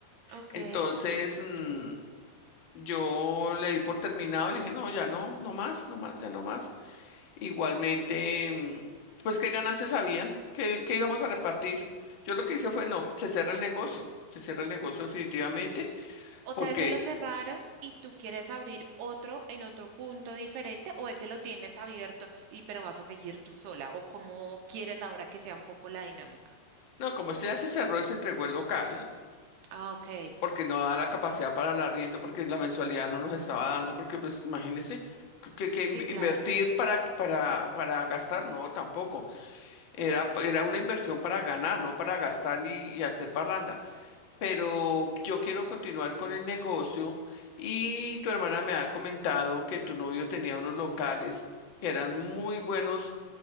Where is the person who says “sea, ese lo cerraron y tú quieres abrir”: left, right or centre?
Right